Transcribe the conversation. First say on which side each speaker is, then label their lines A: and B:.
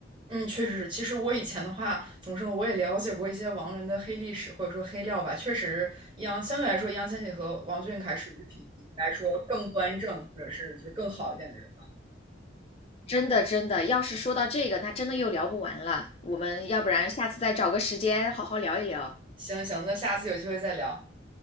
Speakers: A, on the right; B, on the left.
A: 嗯，确实是。其实我以前的话，怎么说呢？我也了解过一些王源的黑历史或者说黑料吧。确实，易烊相对来说，易烊千玺和王俊凯属于品行来说更端正，或者是就是更好一点的人。
B: 真的，真的，要是说到这个，那真的又聊不完了。我们要不然下次再找个时间好好聊一聊。
A: 行行，那下次有机会再聊，